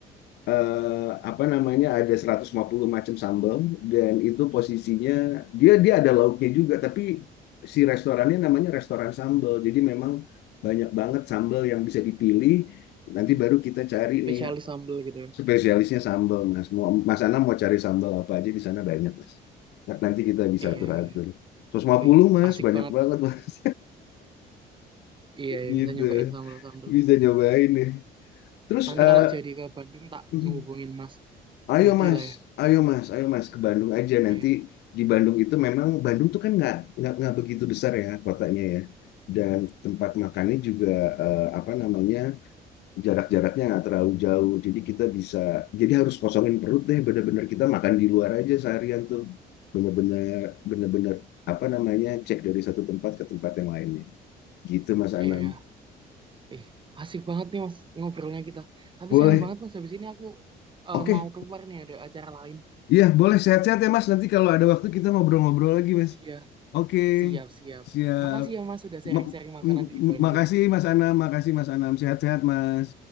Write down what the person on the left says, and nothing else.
eh, apa namanya ada 150 macam sambal dan itu posisinya dia dia ada lauknya juga, tapi si restorannya namanya restoran sambal. Jadi memang banyak banget sambal yang bisa dipilih. Nanti
baru kita cari
nih
spesialisnya sambal, Mas. Mau Mas Ana mau cari sambal apa aja di sana banyak, Mas. Nanti kita bisa
atur-atur.
seratus lima
puluh Mas,
banyak
banget,
Mas.
Gitu.
Bisa nyobain nih. Terus
eh,
mhm.
ayo
Mas,
ayo Mas, ayo Mas ke Bandung aja nanti
di Bandung itu memang Bandung tuh kan nggak nggak nggak begitu besar ya kotanya ya. Dan tempat makannya juga eh, apa namanya jarak-jaraknya nggak terlalu jauh. Jadi kita bisa jadi harus kosongin perut deh bener-bener kita makan di luar aja seharian tuh. Bener-bener bener-bener apa namanya cek dari satu tempat ke tempat yang lainnya. Gitu Mas Anam.
Boleh.
Oke,
Iya, boleh sehat-sehat ya Mas. Nanti kalau ada waktu kita ngobrol-ngobrol lagi, Mas.
Oke,
siap.
Ma-
m-
m- makasih Mas Anam, makasih Mas Anam. Sehat-sehat, Mas.